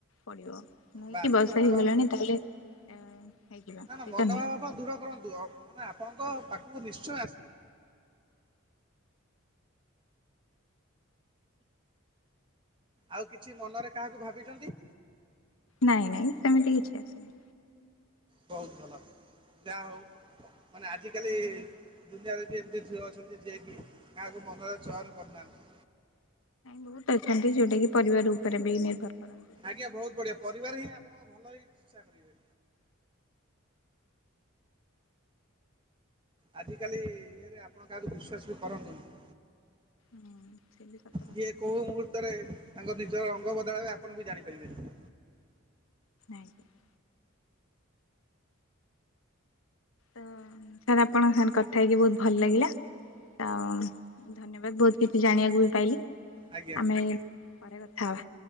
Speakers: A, on the left; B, on the right.
A: ପଡିବ। ନେଇକିି
B: ବାସ୍
A: ବର୍ଷେ
B: ମନ
A: ହେଇଗଲାଣି
B: ବା-
A: ତାହେଲେ ଏ ହେଇଯିବା
B: ନା ନା
A: ସେଇଟା
B: ମନୋଭାବ
A: ନୁହେଁ
B: ଆପଣ ଦ୍ରୁଢ କରନ୍ତୁ ଅ ମାନେ ଆପଣଙ୍କ ପାଖକୁ ନିଶ୍ଚୟ ଆସି ଆଉ କିଛି ମନରେ କାହାକୁ ଭାବିଛନ୍ତି?
A: ନାଇଁ ନାଇଁ ସେମିତି କିଛି ଆସିନି।
B: ବହୁତ ଭଲ ଯାହା ହଉ ମାନେ ଆଜିକାଲି ଦୁନିଆରେ ବି ଏମିତି ଝିଅ ଅଛନ୍ତି ଯିଏ କି କାହାକୁ ମନରେ ଚୟନ କରୁନାହାନ୍ତି।
A: ବହୁତ ଅଛନ୍ତି ଯଉଟା କିି ପରିବାର ଉପରେ ବି ନିର୍ଭର କର
B: ଆଜ୍ଞା ବହୁତ ବଢିଆ ପରିବାର ହିଁ ଆପଣଙ୍କ ଭଲ ହିଁ ଇଚ୍ଛା କରିବେ। ଆଜିକାଲି ଇଏରେ ଆପଣ କାହାକୁ ବିଶ୍ୱାସ ବି କରନ୍ତୁନି।
A: ହୁଁ। ସେ ବି ସତ କଥା
B: କିଏ କୋଉ ମୁହୂର୍ତ୍ତରେ ତାଙ୍କ ନିଜର ରଙ୍ଗ ବଦାଳବେ ଆପଣ ବି ଜାଣିପାରିବେନି।
A: ଆଜ୍ଞା <inaudible> ତ ସାର୍ ଆପଣଙ୍କ ସାଙ୍ଗରେ କଥା ହେଇକି ବହୁତ ଭଲ ଲାଗିଲା। ତ ଧନ୍ୟବାଦ ବହୁତ କିଛି ଜାଣିବାକୁ ବି ପାଇଲି।
B: ଆଜ୍ଞା
A: ଆମେ ପରେ କଥା ହବା।